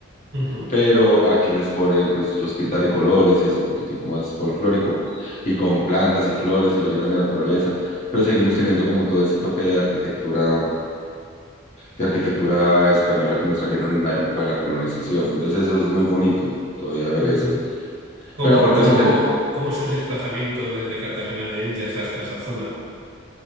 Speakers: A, on the right; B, on the left.
A: ujú,
B: pero aquí les ponen, pues los pintan de colores y es un poquitico más folclórico, y con plantas y flores y lo llenan de naturaleza, pero seguimos teniendo como todo ese toque de arquitectura, de arquitectura española que nos trajeron en la época de la colonización, entonces eso es muy bonito, todavía ver
A: ujú.
B: eso.
A: ¿Cómo,
B: Pero aparte
A: cómo,
B: de eso, ten-
A: cómo es el desplazamiento desde Cartagena de Indias hasta esa zona?